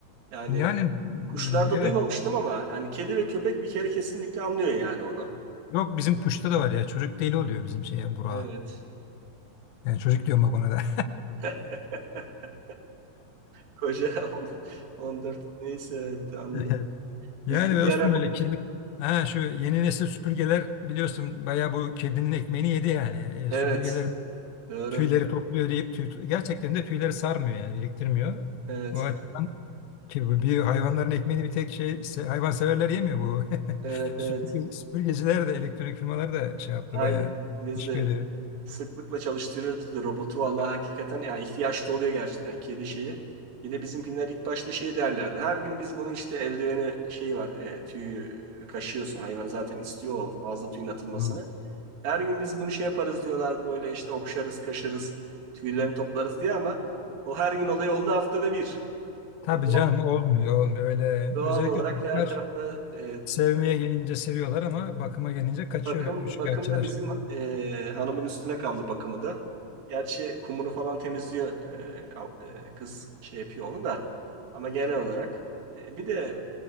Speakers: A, on the right; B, on the left.
A: Yani
B: yani mm,
A: Kuşlarda
B: evet
A: duymamıştım ama yani kedi ve köpek bir kere kesinlikle anlıyor yani onu.
B: yok bizim kuşta da var ya çocuk deli oluyor bizim şeye Burak'a.
A: Evet.
B: Yani çocuk diyorum bak ona da.
A: <laughs> Koca 14 neyse evet, anladım.
B: <laughs> <laughs> Yani
A: Biz de
B: dostum
A: bir ara
B: böyle kirli. Ha şu yeni nesil süpürgeler biliyorsun bayağı bu kedinin ekmeğini yedi yani. E,
A: evet
B: süpürgeler
A: doğru.
B: tüyleri topluyor deyip tüy, gerçekten de tüyleri sarmıyor yani biriktirmiyor.
A: Evet.
B: O açıdan ki bu bir hayvanların ekmeğini bir tek şey se- hayvanseverler yemiyor bu. <laughs>
A: Evet
B: Süpürge,
A: evet.
B: süpürgeciler de elektronik firmalar da şey yaptı
A: Aynen.
B: bayağı
A: Biz
B: iş
A: de
B: görüyor.
A: Sıklıkla çalıştırıyoruz biz de robotu. Vallahi hakikaten yani ihtiyaç da oluyor gerçekten kedi şeyi. Bir de bizimkiler ilk başta şey derlerdi. Her gün biz bunu işte eldiveni şey var e, tüyü e, kaşıyorsun. Hayvan zaten istiyor o fazla tüyün atılmasını.
B: Hı.
A: Her gün biz bunu şey yaparız diyorlardı böyle işte okşarız, kaşırız, tüylerini toplarız diye ama o her gün olayı oldu haftada bir.
B: Tabii
A: E, doğal,
B: canım olmuyor olmuyor öyle
A: doğal
B: özellikle
A: olarak
B: çocuklar
A: her tarafta e,
B: sevmeye gelince seviyorlar ama bakıma gelince kaçıyor
A: Bakım
B: üçkağıtçılar.
A: bakım da bizim e, hanımın üstüne kaldı bakımı da. Gerçi kumunu falan temizliyor e, al- e, kız şey yapıyor onu da. Ama genel olarak e, bir de